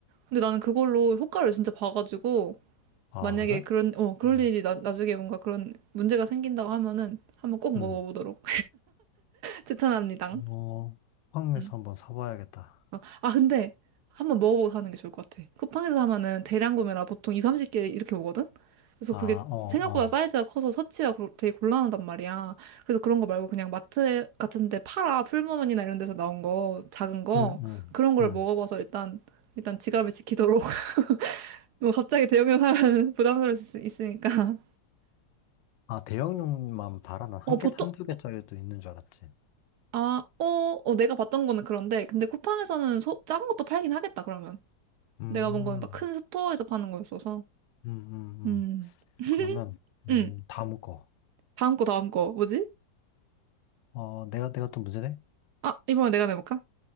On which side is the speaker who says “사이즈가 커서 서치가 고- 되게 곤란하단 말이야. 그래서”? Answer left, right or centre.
Right